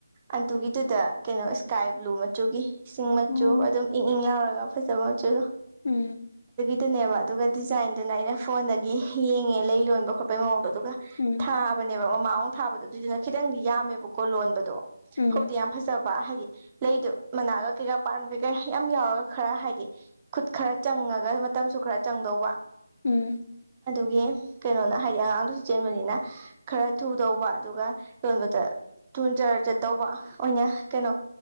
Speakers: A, on the right (about 20°); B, on the left (about 50°).
A: ꯑꯗꯨꯒꯤꯗꯨꯗ ꯀꯩꯅꯣ ꯁ꯭ꯀꯥꯏ ꯕ꯭ꯂꯨ ꯃꯆꯨꯒꯤ ꯏꯁꯤꯡ ꯃꯆꯨ
B: ꯎꯝ
A: ꯑꯗꯨꯝ ꯏꯪ ꯏꯪ ꯂꯥꯎꯔꯒ ꯐꯖꯕ ꯃꯆꯨꯗꯣ
B: ꯎꯝ
A: ꯑꯗꯨꯅꯦꯕ ꯑꯗꯨꯒ ꯗꯤꯖꯥꯏꯟꯗꯨꯅ ꯑꯩꯅ ꯐꯣꯟꯗꯒꯤ ꯌꯦꯡꯉꯦ ꯂꯩ ꯂꯣꯟꯕ ꯈꯣꯠꯄꯒꯤ ꯃꯑꯣꯡꯗꯣ ꯑꯗꯨꯒ
B: ꯎꯝ
A: ꯊꯥ ꯃꯑꯣꯡ ꯊꯥꯕꯗꯣ ꯑꯗꯨꯗꯨꯅ ꯈꯤꯇꯪꯗꯤ ꯌꯥꯝꯃꯦꯕꯀꯣ ꯂꯣꯟꯕꯗꯣ
B: ꯎꯝ
A: ꯐꯕꯨꯗꯤ ꯌꯥꯝ ꯐꯖꯕ ꯍꯥꯏꯗꯤ ꯂꯩꯗꯣ ꯃꯅꯥꯒ ꯀꯩꯀꯥ ꯄꯥꯟꯕ ꯀꯩꯀꯥ ꯌꯥꯝ ꯌꯥꯎꯔꯒ ꯈꯥꯔ ꯍꯥꯏꯗꯤ ꯈꯨꯠ ꯈꯥꯔ ꯆꯪ ꯆꯪꯉꯒ ꯃꯇꯝꯁꯨ ꯈꯥꯔ ꯆꯪꯗꯧꯕ
B: ꯎꯝ
A: ꯒꯤ ꯀꯩꯅꯣꯅ ꯍꯥꯏꯗꯤ ꯑꯉꯥꯡꯗꯨꯁꯨ ꯆꯦꯟꯕꯅꯤꯅ ꯈꯥꯔ ꯊꯨꯗꯧꯕ ꯑꯗꯨꯒ ꯂꯣꯟꯕꯗꯣ ꯊꯨꯟ ꯖꯔ ꯆꯠꯇꯧꯕ ꯑꯣꯏꯅ ꯀꯩꯅꯣ